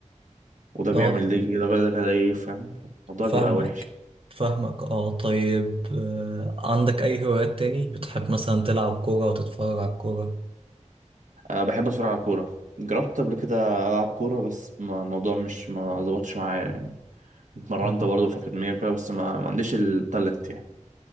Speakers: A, on the right; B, on the right.
A: وده بيعمل
B: اه
A: دي كده وده كده ايه فاهم الموضوع
B: فاهمك
A: بيبقى وحش
B: فاهمك اه طيب آه، عندك اي هوايات تاني بتحب مثلا تلعب كوره وتتفرج على الكوره
A: أه بحب اتفرج على كورة جربت قبل كده ألعب كورة بس ما- الموضوع مش ما ظبطش معايا يعني اتمرنت
B: مم.
A: برضه في أكاديمية وكده بس ما, ما عنديش التالنت يعني